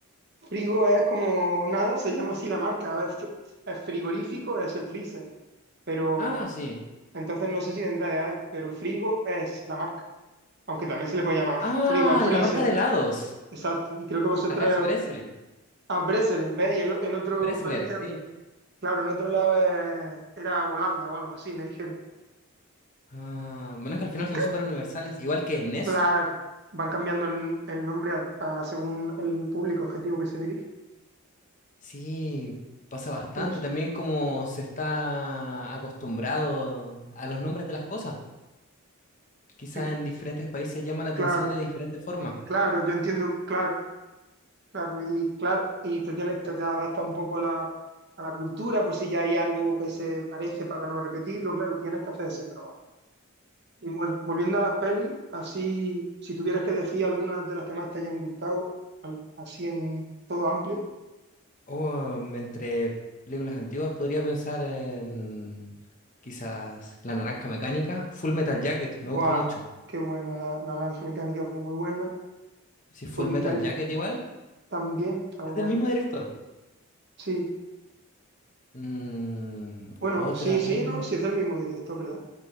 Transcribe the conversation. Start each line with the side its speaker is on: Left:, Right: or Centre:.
Right: Frigo es como nada, se llama así la marca. A ver, fr- es frigorífico, es el freezer, pero
Left: Ah, sí.
Right: entonces no sé si vendrá de ahí, pero frigo es la marca. Aunque también se le puede llamar
Left: Ah,
Right: frigo al freezer,
Left: la marca de helados.
Right: exacto. Y creo que vosotros
Left: Acá es Breslen.
Right: a Breselen, ¿ves? Y el- en, otro
Left: Dressler,
Right: país que,
Left: sí.
Right: claro, en otro lado es- era Holanda o algo así, me dijeron.
Left: Ah, bueno, es que al final
Right: Y ca-
Left: son súper universales, igual que NES.
Right: claro, van cambiando el, el nombre a- a según el público objetivo que se dirige.
Left: Sí, pasa bastante
Right: Curioso.
Left: también como se está acostumbrado a los nombres de las cosas. Quizás
Right: Eh,
Left: en diferentes países llama la atención
Right: Claro,
Left: de diferente forma.
Right: claro, yo entiendo, claro. Claro, y claro, y te tienes, te, te adapta un poco a la, a la cultura por si ya hay algo que se parece para no repetirlo, claro, tienes que hacer ese trabajo. Y bueno, volviendo a las pelis, así, si tuvieras que decir algunas de las que más te hayan gustado, al- así en todo amplio,
Left: O mm, entre películas antiguas podría pensar en quizás La Naranja Mecánica, Full Metal Jacket,
Right: ¡buah!
Left: me gusta mucho.
Right: Qué buena, la, la naranja mecánica fue muy buena,
Left: Si Full
Right: Full Metal
Left: Metal Jacket igual,
Right: también, está
Left: es
Right: guay.
Left: del mismo director.
Right: Sí,
Left: Mm,
Right: bueno,
Left: otra
Right: sí,
Left: buena.
Right: sí, no, sí es del mismo director, ¿verdad?